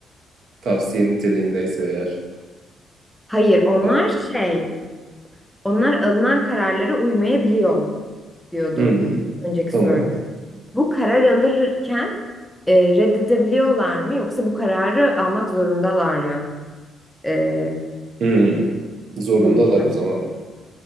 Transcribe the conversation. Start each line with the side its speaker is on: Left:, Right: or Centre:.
Right: Tavsiye niteliğindeyse eğer.
Centre: Hayır, onlar
Right: Ba-
Centre: şey, onlar alınan kararlara uymayabiliyor diyordu
Right: Hı hı.
Centre: önceki
Right: Tamam.
Centre: soruda. Bu karar alırken e, reddedebiliyorlar mı yoksa bu kararı almak zorundalar mı e,
Right: Hı Zorundalar
Centre: bu ülkeler?
Right: o zaman.